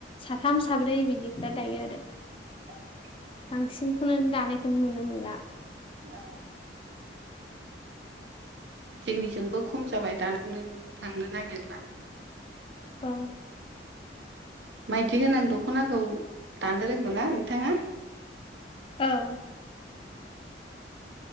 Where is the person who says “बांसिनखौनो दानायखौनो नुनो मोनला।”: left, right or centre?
Left